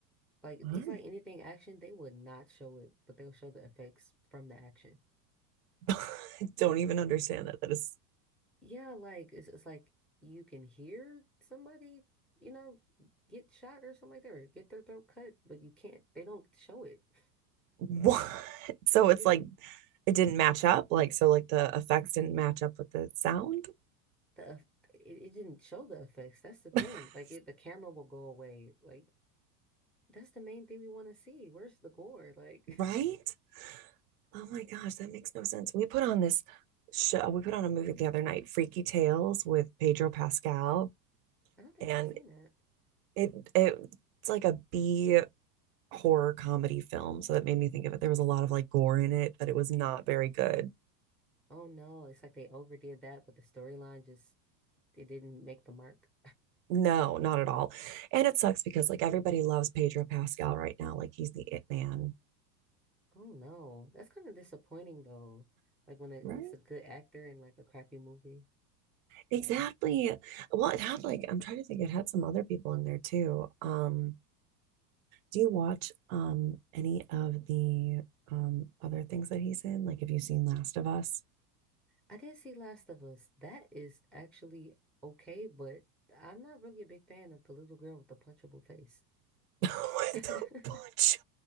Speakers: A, in the centre; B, on the right (about 55°).
A: Like
B: I
A: it's
B: don't,
A: like anything action, they would not show it, but they'll show the effects from the action.
B: <laughs> I don't even understand that. That is
A: Yeah, like it's, it's like you can hear somebody, you know, get shot or something like that, or get their throat cut, but you can't. They don't show it. <laughs>
B: what? <laughs> So
A: It
B: it's
A: just
B: like it didn't match up. Like, so like the effects didn't match up with the sound,
A: the eff- it, it didn't show the effects. That's the thing.
B: <laughs>
A: Like it, the camera will go away. Like that's the main thing we want to see. Where's the gore? Like
B: right? Oh my gosh, that makes no sense. We put on this show, we put on a movie the other night, Freaky Tales with Pedro Pascal,
A: <laughs> I don't think
B: and
A: I've seen that.
B: it, it it's like a B horror comedy film, so that made me think of it. There was a lot of like gore in it, but it was not very good.
A: Oh no, it's like they overdid that, but the storyline just it didn't make the mark.
B: No, not at all. And it sucks because like everybody loves Pedro Pascal right now, like he's the it man.
A: Oh no, that's kind of disappointing though. Like when, it,
B: Right.
A: when it's a good actor in like a crappy movie.
B: Exactly. Well, it had like I'm trying to think it had some other people in there too. Um Do you watch um any of the um other things that he's in? Like, have you seen Last of Us?
A: I did see Last of Us. That is actually okay, but I'm not really a big fan of the little girl with the punchable face.
B: <laughs> With
A: <laughs>
B: the bunch